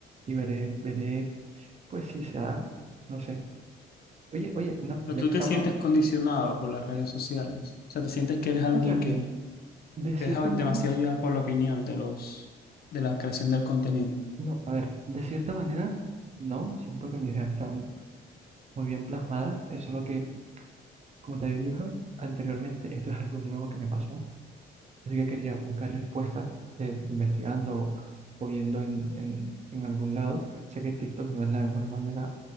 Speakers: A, on the right; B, on the left.
A: y veré, veré pues si se da, no sé. Oye, oye, una-
B: Pero
A: ya
B: tú
A: que
B: te
A: estamos,
B: sientes condicionado por las redes sociales. O sea, te sientes que eres alguien
A: o sea,
B: que
A: de cierta
B: te deja
A: manera
B: demasiado llevar por la opinión de los, de la creación del contenido.
A: No, a ver, de cierta manera, no, siento que mis ideas están muy bien plasmadas, es solo que, como te dije anteriormente, esto es algo nuevo que me pasó, así que quería buscar respuestas eh, investigando o viendo en, en, en algún lado. Sé que TikTok no es la mejor manera